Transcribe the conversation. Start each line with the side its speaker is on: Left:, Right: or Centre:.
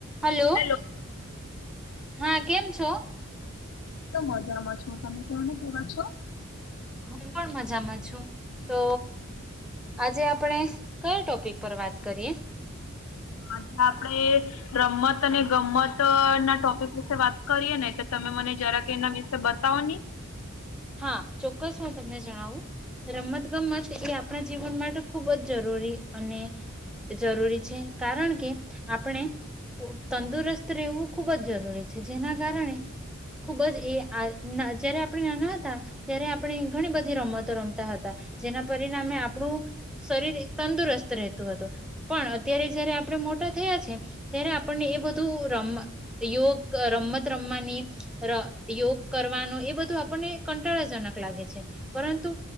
Centre: Hello
Left: hello તો
Centre: હા કેમ છે તો
Left: તો મજામાં છ સમુ્ર ન પૂરા છો.
Centre: હું પણ મજામાં છું તો આજે આપણે કયા ટોપિક પર વાત કરીએ.
Left: આજે આપણેે રમત અને ગમ્મત ના ટોપિક વિશે વાત કરીય ને તો તમે મને જરા કે એના વિશે બતાવો ને.
Centre: હા ચોક્કસ હું તમને જણાવું રમત ગમત એ આપણા જીવન માટે ખૂબ જ જરૂરી અને જરૂરી છે કારણ કે આપણે તંદુરસ્ત રહેવું ખૂબ જ જરૂરી છે જેના કારણે ખૂબ જ એ જયારે આપણે નાના ત્યારે આપણે ઘણી બધી રમતો રમતા હતા જેના પરિણામે આપણું શરીર તંદુરસ્ત રહેતું હતું પણ અત્યારે જયારે આપણે મોટા થયા છે ત્યારે આપણને એ બધું રમ યોગ રમત રમવાની યોગ કરવાનું એ બધું આપણને કંટાળાજનક લાગે છે પરંતુ